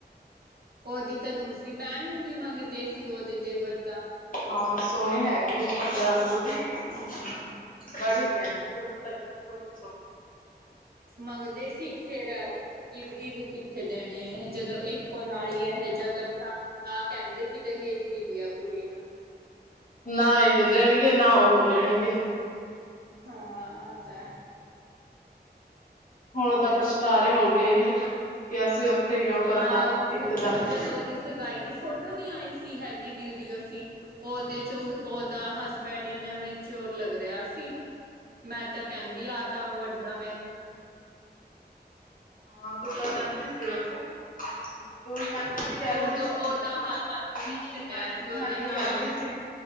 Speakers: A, on the right; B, on the left.
A: ਉਹਦੀ ਤਾਂ ਦੂਸਰੀ ਬੈਣ ਨੂੰ ਵੀ ਮੰਗਦੇ ਸੀ ਉਹਦੇ ਦੇਵਰ ਦਾ
B: ਹਾਂ ਸੋਹਣੀ ਹੈਗੀ ਔ ਛੋਟੇ ਵਾਲੀ ਕੁੜੀ ਬੜੀ
A: ਹੂੰ
B: ਨੀ ਏਨੀ ਸੋਹਣੀ ਲੱਗਦੀ, ਛੋਟੀ ਸੋਹਣੀ ਲੱਗਦੀ ਆ।
A: ਮੰਗਦੇ ਸੀ ਫੇਰ, ਇਬ -ਇਬ ਕਿੱਥੇ ਦੇਣੇ ਜਦੋਂ ਇੱਕ ਹੁਣ ਆਈ ਹੈ ਇਹੋ ਜਿਆ ਕੀਤਾ। ਆਹ ਕਹਿੰਦੇ ਕਿ ਦਹੇਜ ਨੀ ਦੀਆ ਕੁੜੀ ਨੂੰ।
B: ਨਾ ਇਹ ਦੇਣਗੇ, ਨਾ ਉਹ ਲੈਣਗੇ।
A: ਹਾਂ, ਆ ਤੇ ਹੈ।
B: ਹੁਣ ਤਾਂ ਪਛਤਾਰੇ ਹੋਗੇ ਇਹ ਕਿ ਅਸੀਂ ਉੱਥੇ ਕਿਉਂ ਕਰਤਾ
A: ਪਰ ਉਹ
B: ਇੱਕਦਮ
A: ਜਦੋਂ ਉਹਦੀ ਸਗਾਈ ਦੀ ਫੋਟੋ ਨੀ ਆਈ ਸੀ ਹੈਗੀ ਵੀਡੀਓ ਸੀ। ਉਹਦੇ 'ਚ ੳਹ ਉਹਦਾ ਹਸਬੈਂਡ ਇੰਨਾ ਮੇਚਯੋਰ ਲੱਗ ਰਿਹਾ ਸੀ। ਮੈਂ ਤਾਂ ਕਹਿੰਦੀ ਆ ਏਹ ਤਾਂ ਵੱਡਾ ਮੈਂ
B: ਹਾਂ, ਤੂੰ ਤਾਂ ਕਹਿੰਦੀ ਸੀ ੳ ਤੋ ੳਹ ਮੈਨੂੰ ਵੀ ਕਹਿੰਦੀ
A: ਉਦੋਂ
B: ਸੀ
A: ਉਹਦਾ
B: ਉਹ ਤਾਂ ਹੱਥ ਵੀ ਨੀ ਲਗਾਇਆ,
A: ਸੀ ਉਹਦੇ
B: ਮੈਨੂੰ
A: ਮਾਲਕ
B: ਕਹਿੰਦੀ
A: ਨੇ
B: ਸੀ